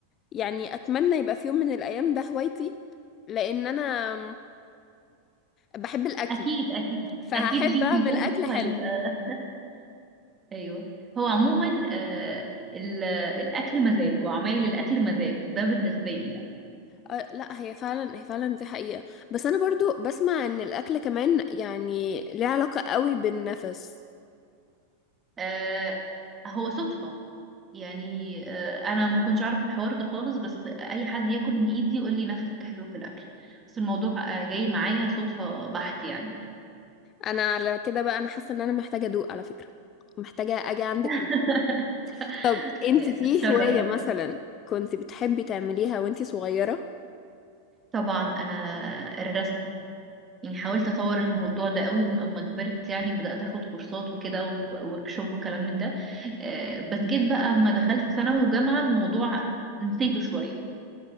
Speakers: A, on the left; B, on the right.
A: يعني اتمنى يبقى في يوم من الايام ده هوايتي لان انا بحب الاكل
B: اكيد اكيد
A: فهحب
B: اكيد ليك
A: اعمل
B: في يوم
A: اكل حلو
B: هيبقى ايوه هو عموما آه ال- الاكل مزاج وعمايل الاكل مزاج ده بالنسبة لي يعني
A: أه لا هي فعلا هي فعلا دي حقيقه بس انا برضو بسمع ان الاكل كمان يعني ليه علاقه قوي بالنفس
B: آه هو صدفة يعني آه انا ما كنتش اعرف الحوار ده خالص بس اي حد ياكل من ايدي يقول لي نفسك حلو في الاكل بس الموضوع آه، جاي معايا صدفة بحت يعني
A: انا على كده بقى انا حاسه ان انا محتاجه ادوق على فكره محتاجه اجي عندك
B: <laughs>
A: وأدوق. طب انت
B: آه،
A: في
B: بتشرف
A: هوايه
B: طبعا
A: مثلا كنت بتحبي تعمليها وانت صغيره
B: طبعا انا الرسم يعني حاولت اطور الموضوع ده قوي م- اما كبرت يعني بدات اخد كورسات وكده ووركشوب وكلام من ده آه، بس جيت بقى اما دخلت ثانوي وجامعه الموضوع نسيته شويه